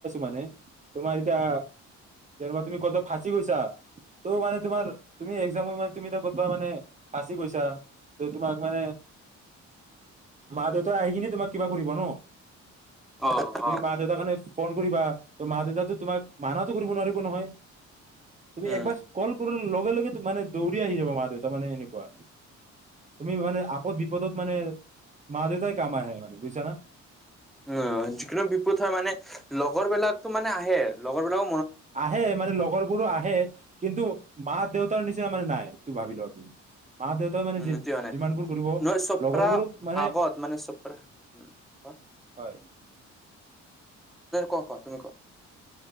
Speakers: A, on the right; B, in the centre.
A: মানে তোমাৰ এতিয়া দেৰমাহ তুমি কতো কি কৈছা ত' মানে তোমাৰ
B: উম
A: এজামৰ মানে তুমি এ ক'তবা মানে ফাচি কৈছা। ত তোমাক মানে মা দেউতাই আহি কি তোমাক কিবা কৰিবা ন।
B: অ
A: তুমি
B: অ
A: মা দেউতাৰ কাৰণে ফোন কৰিবা। তই মা দেউতা তোমাক মানাটো কৰিব নোৱাৰিব নহয়। তুমি
B: উম
A: একবাৰ কল কৰ লগে, লগে মানে দৌৰি আহি যাব মা দেউতা মানে এনেকুৱা তুমি মানে আপদ বিপদত মানে মা দেউতাই কাম আহে মানে বুজিছা না।
B: উ যিকোনো বিপদ হয় মানে লগৰ বিলাকতো মানে আহে লগৰ বিলাক
A: আহে মানে লগৰবোৰো আহে কিন্তু মা দেউতাৰ নিচিনা মানে নাই ত ভাবি ল মা দেউতাই মানেি
B: উম, এইটো মানে
A: যিমানবোৰ কৰিব
B: নহয় চপ্ৰা
A: লগৰবোৰক মানে
B: আগত মানে চপ্ৰা উম, কোৱা
A: হয়।
B: ক কোৱা তুমি কোৱা।